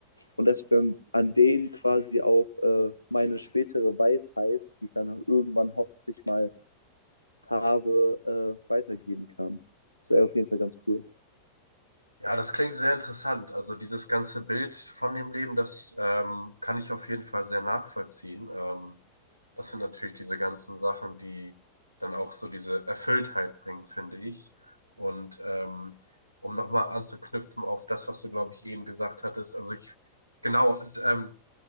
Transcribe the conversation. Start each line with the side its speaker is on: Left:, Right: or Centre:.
Left: und dass ich dann an denen quasi auch äh, meine spätere Weisheit, die ich dann irgendwann hoffentlich mal habe, äh, weitergeben kann. Das wäre auf jeden Fall ganz cool.
Right: Ja, das klingt sehr interessant. Also dieses ganze Bild von dem Leben, das ähm, kann ich auf jeden Fall sehr nachvollziehen. Ähm, das sind natürlich diese ganzen Sachen, die dann auch so diese Erfülltheit bringen, finde ich. Und ähm, um nochmal anzuknüpfen auf das, was du, glaube ich, eben gesagt hattest, also ich, genau, d- ähm,